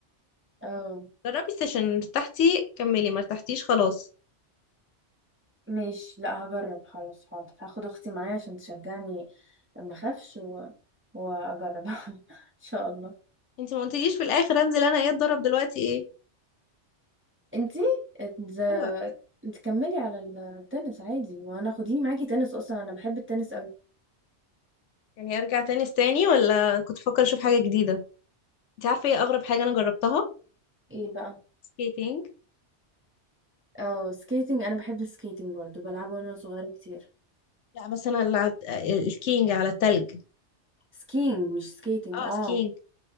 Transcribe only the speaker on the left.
جربي السيشن ارتحتي كملي ما ارتحتيش خلاص
انت ما قلتليش في الاخر انزل انا ايه اتدرب دلوقتي ايه
ايوه
يعني ارجع تاني تاني ولا كنت بفكر اشوف حاجة جديدة انت عارفة ايه اغرب حاجة انا جربتها
سكيتنج
لا بس انا اللي عد... الكينج على التلج
اه
سكينج